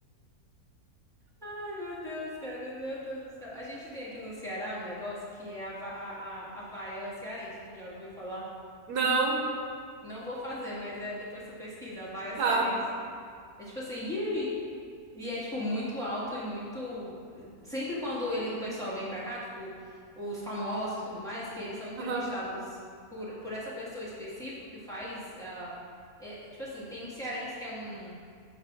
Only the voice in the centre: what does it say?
Ai, meu Deus, cara, meu Deus do céu. A gente tem aqui no Ceará um negócio que é a, va- a, a, a vaia cearense. Tu já ouviu falar?
Não vou fazer, mas é depois tu pesquisa, a vaia
cearense. É tipo assim, "Yee!" E é tipo muito alto e muito. Sempre quando ele, o pessoal vem pra cá, tipo, os famosos e tudo mais, que eles são entrevistados
por, por essa pessoa específica que faz. ah, é- é tipo assim, tem um cearense que é um.